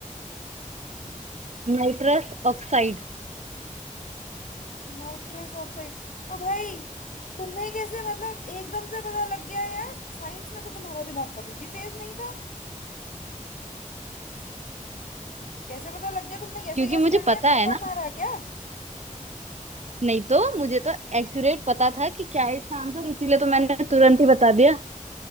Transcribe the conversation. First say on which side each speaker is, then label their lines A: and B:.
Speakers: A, on the right; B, on the left.
A: Nitrous oxide
B: Nitrous oxide ओ भाई तुम्हें कैसे मतलब एकदम से पता लग गया यार साइंस में तो तुम्हारा दिमाग कभी भी तेज नहीं था कैसे पता लग गया तुमने कैसे
A: क्योंकि
B: गैस
A: मुझे
B: कर लिया
A: पता
B: तुक्का
A: है ना
B: मारा क्या
A: नहीं तो मुझे तो एक्यूरेट पता था कि क्या है इसका आंसर इसीलिए तो मैंने तुरंत ही बता दिया